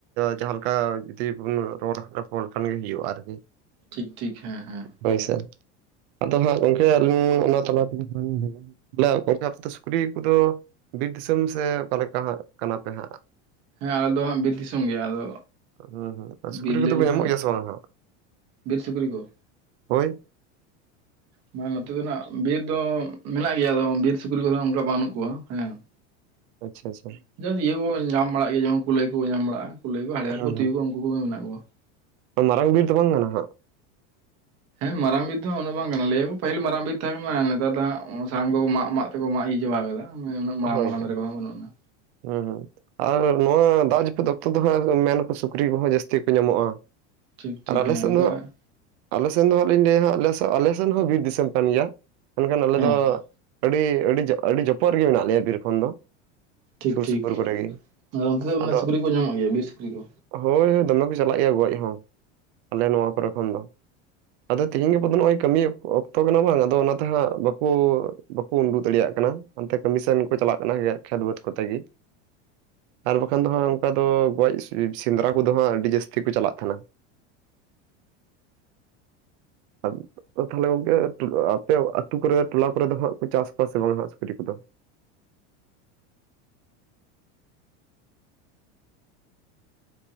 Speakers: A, on the right; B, on the right.
A: ᱡᱟᱦᱟᱸ ᱞᱮᱠᱟ ᱡᱩᱫᱤ ᱵᱚᱱ ᱨᱚᱲ, ᱨᱟᱯ ᱞᱮᱠᱷᱟᱱ ᱜᱮ ᱦᱳᱭᱩᱜᱼᱟ ᱟᱨᱠᱤ ᱾
B: ᱴᱷᱤᱠ-ᱴᱷᱤᱠ, ᱦᱮᱸ ᱦᱮᱸ᱾
A: ᱦᱳᱭᱥᱮ ᱟᱫᱚ ᱦᱟᱸᱜ ᱜᱚᱝᱠᱮ, ᱟᱹᱞᱤᱧ ᱚᱱᱟ ᱛᱟᱞᱟ ᱛᱮᱜᱮ ᱞᱤᱧ ᱞᱟᱹᱭᱼᱟ ᱾ ᱜᱚᱢᱠᱮ ᱟᱯᱮ ᱫᱚ ᱥᱩᱠᱨᱤ ᱠᱚᱫᱚ, ᱵᱤᱨ ᱫᱤᱥᱚᱢ ᱥᱮ ᱚᱠᱟ ᱞᱮᱠᱟ ᱦᱟᱸᱜ ᱠᱟᱱᱟ ᱯᱮ ᱦᱟᱸᱜ?
B: ᱦᱮᱸ ᱟᱞᱮ ᱫᱚ ᱦᱟᱸᱜ ᱵᱤᱨ ᱫᱤᱥᱚᱢ ᱜᱮ, ᱟᱫᱚ
A: ᱦᱩᱸ ᱦᱩᱸ ᱥᱩᱠᱨᱤ
B: ᱵᱤᱨ
A: ᱠᱚᱫᱚ
B: ᱞᱟᱹᱭ
A: ᱠᱚ
B: ᱞᱮᱠᱷᱟᱱ
A: ᱧᱟᱢᱚᱜ ᱜᱮᱭᱟ ᱥᱮ ᱵᱟᱝ ᱦᱟᱸᱜ
B: ᱵᱤᱨ ᱥᱩᱠᱨᱤ ᱠᱚ?
A: ᱦᱳᱭ,
B: ᱢᱟᱱᱮ ᱱᱚᱛᱮ ᱫᱚ ᱱᱟᱜ ᱵᱤᱨ ᱫᱚ ᱢᱮᱱᱟᱜ ᱜᱮᱭᱟ, ᱟᱫᱚ ᱵᱤᱨ ᱥᱩᱠᱨᱤ ᱠᱚᱫᱚ ᱚᱱᱠᱟ ᱵᱟᱹᱱᱩᱜ ᱠᱚᱣᱟ ᱦᱮᱸ ᱾
A: ᱟᱪᱪᱷᱟ, ᱟᱪᱪᱷᱟ᱾
B: ᱡᱟᱥᱴ ᱤᱭᱟᱹ ᱠᱚᱠᱚ ᱧᱟᱢ ᱵᱟᱲᱟᱜ ᱜᱮᱭᱟ, ᱡᱮᱢᱚᱱ ᱠᱩᱞᱟᱹᱭ ᱠᱚᱠᱚ ᱧᱟᱢ ᱵᱟᱲᱟᱜᱼᱟ, ᱠᱩᱞᱟᱹᱭ ᱠᱚ ᱦᱟᱰᱜᱟᱨ
A: ᱦᱩᱸ
B: ᱠᱚ ᱛᱩᱭᱩ ᱠᱚ ᱩᱱᱠᱩ ᱠᱚᱜᱮ ᱢᱮᱱᱟᱜ ᱠᱚᱣᱟ ᱾
A: ᱢᱟᱨᱟᱝ ᱵᱤᱨ ᱫᱚ ᱵᱟᱝ ᱠᱟᱱᱟ ᱦᱟᱸᱜ?
B: ᱦᱮᱸ ᱢᱟᱨᱟᱝ ᱵᱤᱫ ᱫᱟ ᱩᱱᱟᱜ ᱵᱟᱝ ᱠᱟᱱᱟ, ᱞᱟᱹᱭ ᱟᱠᱚ ᱯᱟᱹᱦᱤᱞ ᱢᱟᱨᱟᱝ ᱵᱤᱨ ᱛᱟᱦᱮᱸ ᱠᱟᱱᱟ, ᱱᱮᱛᱟᱨ ᱫᱚ ᱦᱟᱜ, ᱥᱟᱦᱟᱱ ᱠᱚ ᱢᱟᱜ ᱢᱟᱜ ᱛᱮᱠᱚ ᱢᱟᱜ ᱤᱭᱟᱹ ᱪᱟᱵᱟ ᱠᱟᱫᱟ ᱾ ᱩᱱᱟᱹᱜ ᱢᱟᱨᱟᱝ
A: ᱦᱳᱭ
B: ᱢᱟᱨᱟᱝ
A: ᱦᱳᱭ
B: ᱫᱟᱨᱮ ᱠᱚᱦᱚᱸ ᱵᱟᱹᱱᱩᱜ ᱟᱱᱟᱺ
A: ᱦᱩᱸ ᱦᱩᱸ᱾ ᱟᱨ ᱱᱚᱣᱟ ᱫᱟᱜ ᱡᱟᱹᱯᱩᱫ ᱚᱠᱛᱚ ᱫᱚ ᱦᱟᱸᱜ ᱢᱮᱱᱟᱠᱚ ᱥᱩᱠᱨᱤ ᱠᱚᱦᱚᱸ ᱡᱟᱹᱥᱛᱤ ᱠᱚ ᱧᱟᱢᱚᱜᱼᱟ᱾
B: ᱴᱷᱤᱠ ᱴᱷᱤᱠ
A: ᱟᱨ ᱟᱞᱮ
B: ᱦᱮᱸ
A: ᱥᱮᱱ
B: ᱚᱱᱠᱟ
A: ᱫᱚ ᱦᱟᱸᱜ ᱟᱞᱮ ᱥᱮᱱ ᱫᱚ ᱦᱟᱸᱜ ᱞᱤᱧ ᱞᱟᱹᱭᱼᱟ ᱦᱟᱸᱜ ᱟᱞᱮ ᱥᱮᱱ ᱦᱚᱸ ᱵᱤᱨ ᱫᱤᱥᱚᱢ ᱠᱟᱱ ᱜᱮᱭᱟ᱾ ᱢᱮᱱᱠᱷᱟᱱ ᱟᱞᱮ
B: ᱦᱮᱸ
A: ᱫᱚ
B: ᱦᱮᱸ
A: ᱟᱹᱰᱤ ᱟᱹᱰᱤ ᱟᱹᱰᱤ ᱡᱚᱯᱚᱜ ᱨᱮᱜᱮ ᱢᱮᱱᱟᱜ ᱞᱮᱭᱟ ᱵᱤᱨ ᱠᱷᱚᱱ ᱫᱚ᱾
B: ᱴᱷᱤᱠ
A: ᱥᱩᱨ
B: ᱴᱷᱤᱠ
A: ᱥᱩᱯᱩᱨ ᱠᱚᱨᱮ ᱜᱮ
B: ᱟᱫᱚ ᱚᱱᱛᱮ ᱫᱚ ᱢᱟᱱᱮ
A: ᱟᱫᱚ
B: ᱥᱩᱠᱨᱤ ᱠᱚ ᱧᱟᱢᱚᱜ ᱜᱮᱭᱟ ᱵᱤᱨ ᱥᱩᱠᱨᱤ ᱠᱚ?
A: ᱦᱳᱭ ᱦᱳᱭ ᱫᱚᱢᱮ ᱠᱚ ᱪᱟᱞᱟᱜ ᱜᱮᱭᱟ ᱜᱚᱡ ᱦᱚᱸ᱾ ᱟᱞᱮ ᱱᱚᱣᱟ ᱠᱚᱨᱮ ᱠᱷᱚᱱ ᱫᱚ᱾ ᱟᱫᱚ ᱛᱤᱦᱤᱧ ᱜᱟᱯᱟ ᱫᱚ ᱱᱚᱜᱚᱭ ᱠᱟᱹᱢᱤ ᱚᱠᱛᱚ ᱠᱟᱱᱟ ᱵᱟᱝ ᱟᱫᱚ ᱚᱱᱟᱛᱮ ᱦᱟᱸᱜ ᱵᱟᱠᱩ ᱵᱟᱠᱚ ᱩᱰᱩᱠ ᱫᱟᱲᱮᱭᱟᱜ ᱠᱟᱱᱟ᱾ ᱚᱱᱛᱮ ᱠᱟᱹᱢᱤᱥᱚᱱ ᱠᱚ ᱪᱟᱞᱟᱜ ᱠᱟᱱᱟ ᱠᱷᱮᱛ ᱵᱟᱹᱫᱽ ᱠᱚᱛᱮ ᱜᱮ᱾ ᱟᱨ ᱵᱟᱠᱷᱟᱱ ᱫᱚ ᱦᱟᱸᱜ ᱚᱱᱠᱟ ᱫᱚ ᱜᱚᱡ ᱥᱮ-ᱥᱮᱸᱫᱽᱨᱟ ᱠᱚᱫᱚ ᱦᱟᱸᱜ ᱟᱹᱰᱤ ᱡᱟᱹᱥᱛᱤ ᱠᱚ ᱪᱟᱞᱟᱜ ᱛᱟᱦᱮᱸᱱᱟ᱾ <inaudible> ᱟᱨ ᱛᱟᱞᱦᱮ ᱜᱚᱝᱠᱮ ᱟᱯᱮ ᱟᱛᱩ ᱠᱚᱨᱮ ᱫᱚ ᱴᱚᱞᱟ ᱠᱚᱨᱮ ᱫᱚ ᱦᱟᱸᱜ ᱠᱚ ᱪᱟᱥ ᱠᱚᱶᱟ ᱥᱮ ᱵᱟᱝ ᱦᱟᱸᱜ ᱥᱩ ᱠᱟᱹᱴᱤᱡ ᱠᱚᱫᱚ᱾